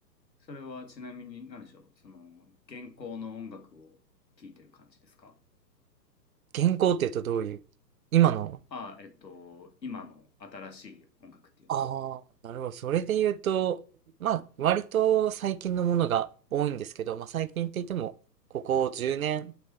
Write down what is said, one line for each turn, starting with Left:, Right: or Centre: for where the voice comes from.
Left: それはちなみに何でしょう、その、現行の音楽を聴いてる感じですか
Right: 原稿っていうとどういう、今の、
Left: ああ、えっと、今の新しい音楽っていうか。
Right: ああ、なるほど。それで言うと、まあ、割と最近のものが多いんですけど、まあ、最近って言っても、ここ10年、